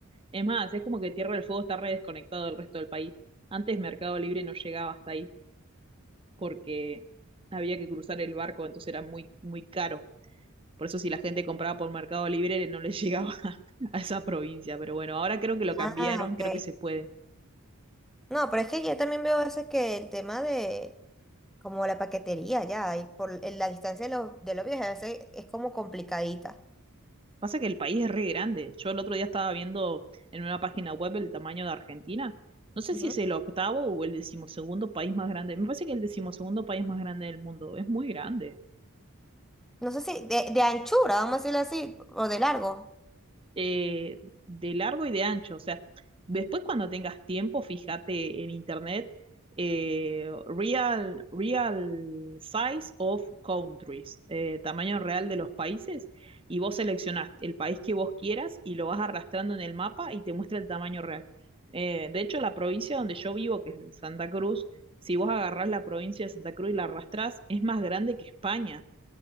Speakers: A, on the right; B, in the centre.
A: Es más, es como que Tierra del Fuego está re desconectado del resto del país. Antes Mercado Libre no llegaba hasta ahí porque había que cruzar el barco, entonces era muy, muy caro. Por eso si la gente compraba por Mercado Libre no les llegaba <laughs> a esa provincia. Pero bueno, ahora creo que lo cambiaron,
B: Ah, ok.
A: creo que se puede.
B: No, pero es que yo también veo a veces que el tema de como la paquetería ya, y por en la distancia de los, de los viajes a veces es como complicadita.
A: Pasa que el país es re grande. Yo el otro día estaba viendo en una página web el tamaño de Argentina. No sé
B: Ujú.
A: si es el octavo o el decimosegundo país más grande. Me parece que es el decimosegundo país más grande del mundo. Es muy grande.
B: No sé si de, de anchura, vamos a decirlo así, o de largo.
A: eh, de largo y de ancho. O sea, después cuando tengas tiempo, fíjate en internet, eh, real, real size of countries, eh, tamaño real de los países, y vos seleccionás el país que vos quieras y lo vas arrastrando en el mapa y te muestra el tamaño real. Eh, de hecho, la provincia donde yo vivo, que es Santa Cruz, si vos agarrás la provincia de Santa Cruz y la arrastrás, es más grande que España.